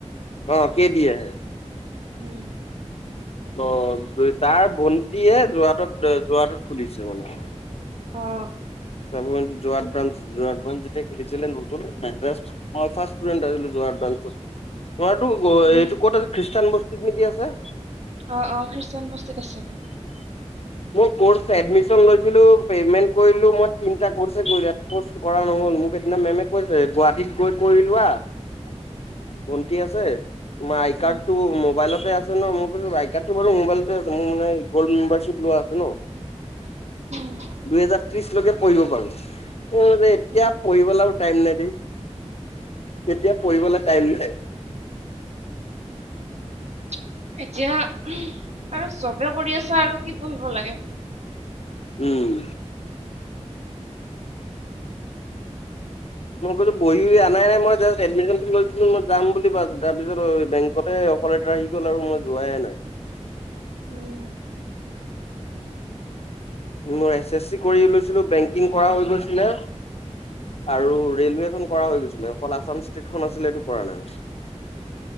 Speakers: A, on the left; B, on the right.
A: অ কে দিয়ে আহে।
B: উম!
A: অ তাৰ ভণ্টিয়ে যোৰহাট যোৰহাটত খুলিছে মানে।
B: অঁ।
A: চাব যোৰহাট ব্ৰাঞ্চ যোৰহাট। যেতিয়া খুলিছিলে নতুন মেদ্ৰাজ মই ফাষ্ট ষ্টোদেন্ত আছিলোঁ যোৰহাট ব্ৰাঞ্চত। তোমাৰতো
B: উম,
A: এইটো ক'ত আ খ্ৰীষ্টান বস্তিত নে কি আছে।
B: অ অ খ্ৰীষ্টান বস্তিট ত আছে।
A: মোৰ কৰ্ছ এডমিচন লৈছিলোঁ পেমেন্ত কৰিলোঁ মই। তিনিটা কৰ্ছে কৰিলে কৰা নহল মোক সেইদিনা মেমে কৈছে গুৱাহাটীত গৈ কৰি লোৱা।
B: <unintelligible>
A: ভণ্টি আছে তোমাৰ আই কাৰ্ড
B: উম,
A: টো মোবাইলতে আছে। ন মই কৈছোঁ আই কাৰ্ডটো বাৰু মোৰ মোবাইলতে আছে মোৰ মানে গল্ড মেম্বাৰশ্বিপ লোৱা আছে ন।
B: উম,
A: দুহেজাৰ ত্ৰিশলৈকে পঢ়িব পাৰো এতিয়া
B: উম,
A: পঢ়িব লা। টাইম নাই দেই তেতিয়া পঢ়িবলৈ টাইম নাই।
B: <unintelligible> এতিয়া আৰু চবে কৰি আছে আৰু কি পঢ়িব লাগে।
A: উম। মই কৈছো বহি অহি অনাই নাই মই জাষ্ট এডমিশনটো লৈছিলো মই যাম বুলি ভছো তাৰপিছত বেংকতহে। অকলে ট্ৰাই সি কলে মই যোৱাই নাই।
B: উম।
A: মোৰ এছ এছ চি কৰি লৈছিলো বেংকিং কৰা হৈ গৈছিলে আৰু
B: উম,
A: ৰেলৱে এখন কৰা হৈ গৈছিলে অকল আছাম টেত খন আছিলে সেইটো কৰা নাই